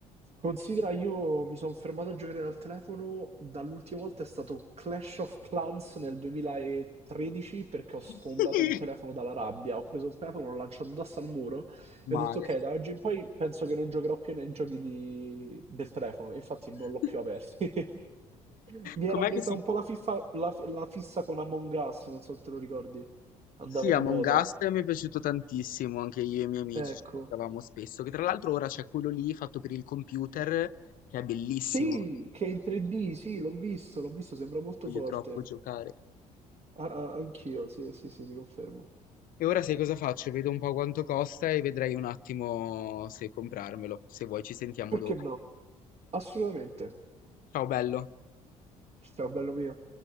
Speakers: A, on the right; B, on the left.
A: Considera, io mi sono fermato a giocare dal telefono, dall'ultima volta è stato Clash of Clans nel 2013 perché ho sfondato
B: <laughs>
A: un telefono dalla rabbia, ho preso il telefono, l'ho lanciato d'asta al muro
B: Male.
A: e ho detto ok, da oggi in poi penso che non giocherò più nei giochi di- del telefono, e infatti
B: <laughs>
A: non l'ho più aperto. <laughs> Mi
B: Com'è
A: era presa
B: che si
A: un po' la, fiffa- la la fissa con Among Us, non so se te lo ricordi, andava
B: Sì, Among
A: di moda.
B: Us mi è piaciuto tantissimo, anche io e i miei amici
A: Ecco.
B: ci giocavamo spesso, che tra l'altro ora c'è quello lì fatto per il computer, che è bellissimo,
A: Sì, che è in 3D, sì, l'ho visto, l'ho visto, sembra molto
B: voglio
A: forte.
B: troppo giocare.
A: Ah, ah, anch'io, sì, sì, sì, ti confermo.
B: E ora sai cosa faccio? Vedo un po' quanto costa e vedrai un attimo se comprarmelo. Se vuoi ci sentiamo
A: Perché
B: dopo.
A: no? Assolutamente.
B: Ciao bello.
A: Ciao, bello mio.